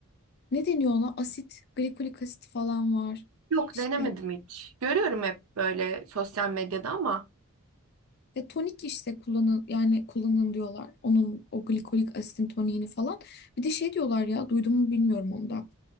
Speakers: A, on the left; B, on the right.
A: ne deniyor ona? Asit, glikolik asit falan var.
B: Yok
A: İşte
B: denemedim hiç. Görüyorum hep böyle sosyal medyada ama
A: e, tonik işte kullanın yani kullanın diyorlar. Onun o glikolik asitin toniğini falan. Bir de şey diyorlar ya duydum mu bilmiyorum onu da.